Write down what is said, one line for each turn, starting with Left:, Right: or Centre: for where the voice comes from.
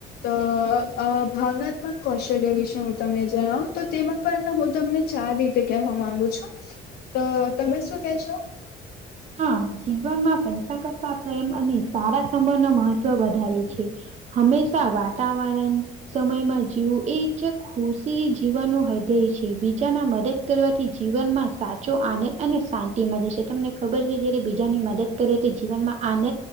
Left: તો ભાવનાત્મક કૌશલ્ય વિશે હું તમને જણાવું તો તેમાં પણ હું તમને ચાર રીતે કહેવા માંગુ છું તો તમે શું કે છો
Right: હા જીવનમાં પૈસા કરતા પ્રેમ અને સારા સંબંધ ન મહત્વ વધારે છે હમેશા વાતાવરણ સમયમાં જીવું એ છે ખુશી જીવવાનું હૃદેય છે બીજાના મદદ કરવાથી જીવન માં સાચો આનંદ અને શાંતિ મળે છે તમને ખબર છે જ્યારે બીજાની મદદ કરે તે જીવનમાં આનંદ